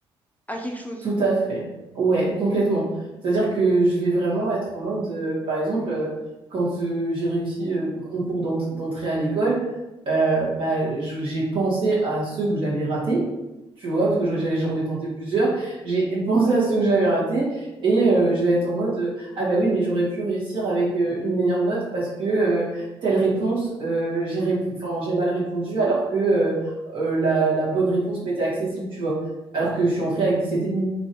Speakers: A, on the left; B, on the right.
A: à quelque chose.
B: Tout à fait. Ouais, complètement. C'est-à-dire que je vais vraiment être en mode, euh, par exemple, euh, quand euh, j'ai réussi euh, mon concours d'ent- d'entrée à l'école, euh, bah, je- j'ai pensé à ceux que j'avais ratés, tu vois, parce que j'en j'en ai tenté plusieurs. J'ai pensé à ceux que j'avais ratés et euh, je vais être en mode, euh, ah bah oui, mais j'aurais pu réussir avec euh, une meilleure note parce que euh, telle réponse, euh, j'ai rép- enfin, j'ai mal répondu alors que euh, euh, la, la bonne réponse m'était accessible, tu vois, alors que je suis entrée avec 17,5.